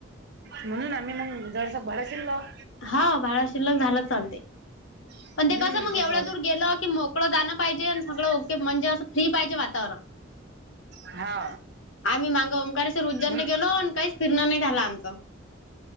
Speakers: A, on the right; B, on the left.
A: म्हणून आम्ही मग जराशी भाड शिल्कक
B: हा भाडा शिल्लक झाला चालते.
A: हम्म
B: पण ते कसं मग
A: असं
B: एवढ्या दूर गेलं की मोकळं जाणं पाहिजे आणि सगळं
A: होतं
B: ओके म्हणजे असं फ्री पाहिजे वातावरण.
A: हा
B: आम्ही मांगं ओंकारेश्वर उज्जैन
A: मग
B: गेलो काहीच फिरण नाही झालं आमचं.